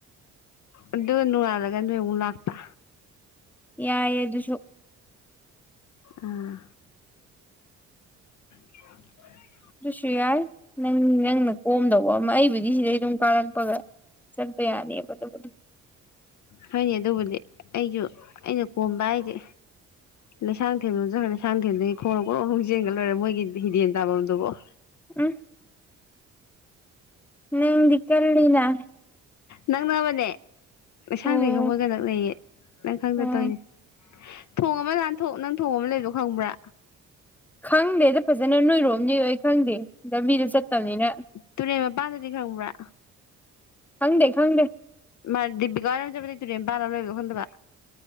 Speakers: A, on the left (about 50°); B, in the centre.
A: ꯑꯗꯨ ꯅꯅꯨꯡꯗꯒ ꯅꯣꯏꯃꯨꯛ ꯂꯥꯛꯄ
B: ꯌꯥꯏꯌꯦ ꯑꯗꯨꯁꯨ
A: ꯑꯥ <unintelligible>
B: ꯑꯗꯨꯁꯨ ꯌꯥꯏ ꯅꯪ ꯅꯪꯅ ꯀꯣꯝꯗꯧꯕ ꯑꯃ ꯑꯩꯕꯨꯗꯤ ꯁꯤꯗꯩ ꯑꯗꯨꯝ ꯀꯥꯔꯛꯄꯒ ꯆꯠꯄ ꯌꯥꯅꯦꯕ ꯑꯗꯨꯕꯨꯗꯤ
A: ꯍꯥꯏꯅꯤ ꯑꯗꯨꯕꯨꯗꯤ ꯑꯩꯖꯨ ꯑꯩꯅ ꯀꯣꯝꯕ ꯍꯥꯏꯖꯤ ꯂꯩꯁꯥꯡꯊꯦꯝ ꯂꯣꯝ ꯆꯈ ꯂꯩꯁꯥꯡꯊꯦꯝꯗꯩ ꯈꯣꯡꯅ ꯒꯣꯔꯣꯡꯒꯔꯣꯡ ꯆꯦꯟꯒ ꯂꯣꯏꯔꯦ ꯃꯣꯏꯒꯤ ꯍꯤꯗꯦꯟ ꯇꯥꯕꯝꯗꯨꯕꯧ
B: ꯎꯝ ꯅꯪꯗꯤ ꯀꯜꯂꯤꯅ
A: ꯅꯪꯅ ꯃꯅꯦ ꯂꯩꯁꯥꯡꯗꯦꯝꯒ
B: ꯑꯣ
A: ꯃꯣꯏꯒ ꯅꯛꯅꯩꯌꯦ ꯅꯪ ꯈꯪꯗ
B: ꯑꯣ
A: ꯇꯧꯏꯅꯦ ꯊꯣꯡ ꯑꯃ ꯂꯥꯟꯊꯣꯛ ꯅꯪ ꯊꯣꯡ ꯑꯃ ꯂꯩꯕꯗꯣ ꯈꯪꯕ꯭ꯔꯥ
B: ꯈꯪꯗꯦꯗ ꯐꯖꯅ ꯅꯣꯏꯔꯣꯝꯅꯤ ꯑꯩ ꯈꯪꯗꯦ ꯂꯝꯕꯤꯗ ꯆꯠꯇꯝꯅꯤꯅ
A: ꯇꯨꯔꯦꯟ ꯃꯄꯥꯟꯗꯗꯤ ꯈꯪꯕ꯭ꯔꯥ
B: ꯈꯪꯗꯦ ꯈꯪꯗꯦ
A: ꯃꯥ ꯗꯤꯄꯤꯀꯥꯍꯣꯏ ꯔꯣꯝ ꯆꯠꯄꯗꯨꯏ ꯇꯨꯔꯦꯟ ꯃꯄꯥꯟ ꯑꯃ ꯂꯩꯕꯗꯣ ꯈꯪꯗꯕ